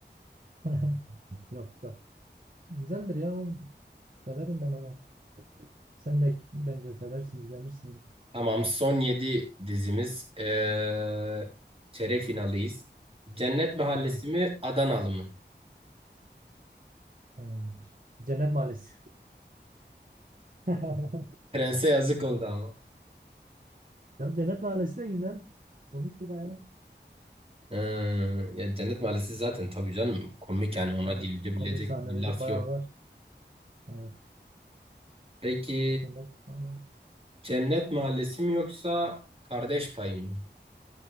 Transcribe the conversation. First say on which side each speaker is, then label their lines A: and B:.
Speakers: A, on the right; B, on the right.
A: <laughs> Yok yok. Güzeldir ya oğlum. Severim ben onu. Sen de bence seversin, izlemişsindir.
B: Tamam, son 7 dizimiz. Ee, çeyrek finaldeyiz. Cennet Mahallesi
A: Ha,
B: mi, Adanalı mı?
A: evet. Cennet Mahallesi. <laughs>
B: Prense yazık oldu ama.
A: Ya Cennet Mahallesi de güzel. Komikti bayağı.
B: Ee, ya Cennet Mahallesi zaten tabii canım komik yani ona
A: Evet,
B: dilebilecek
A: komik sahneleri
B: bir laf
A: bayağı
B: yok.
A: var. Evet,
B: Peki
A: Cennet Mahallesi.
B: Cennet Mahallesi mi yoksa Kardeş Payı mı?